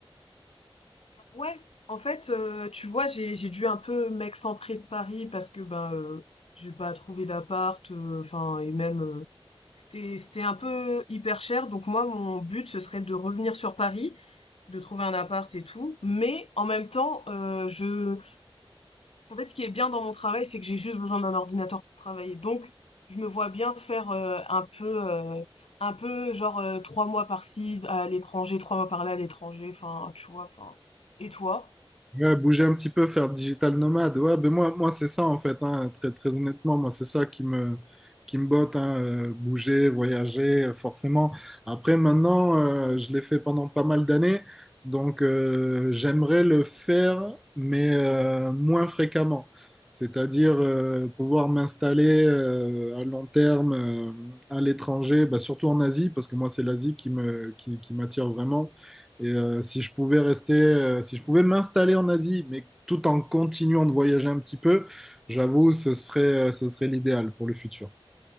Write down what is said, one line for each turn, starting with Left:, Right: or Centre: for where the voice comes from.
Left: Ouais, en fait, euh, tu vois, j'ai j'ai dû un peu m'excentrer de Paris parce que ben euh, j'ai pas trouvé d'appart, euh, enfin et même euh, c'était c'était un peu hyper cher. Donc moi, mon but ce serait de revenir sur Paris, de trouver un appart et tout. Mais en même temps, euh, je en fait, ce qui est bien dans mon travail, c'est que j'ai juste besoin d'un ordinateur pour travailler. Donc je me vois bien faire euh, un peu euh, un peu genre euh, trois mois par-ci à l'étranger, trois mois par-là à l'étranger. Enfin, tu vois. Enfin, et toi?
Centre: Ouais, bouger un petit peu, faire digital nomade. Ouais, ben moi, moi c'est ça en fait, hein, très, très honnêtement, moi c'est ça qui me, qui me botte, hein, euh, bouger, voyager, euh, forcément. Après, maintenant, euh, je l'ai fait pendant pas mal d'années, donc euh, j'aimerais le faire, mais euh, moins fréquemment. C'est-à-dire euh, pouvoir m'installer euh, à long terme euh, à l'étranger, bah, surtout en Asie, parce que moi c'est l'Asie qui me, qui, qui m'attire vraiment. Et euh, si je pouvais rester, euh, si je pouvais m'installer en Asie, mais tout en continuant de voyager un petit peu, j'avoue, ce serait, euh, ce serait l'idéal pour le futur.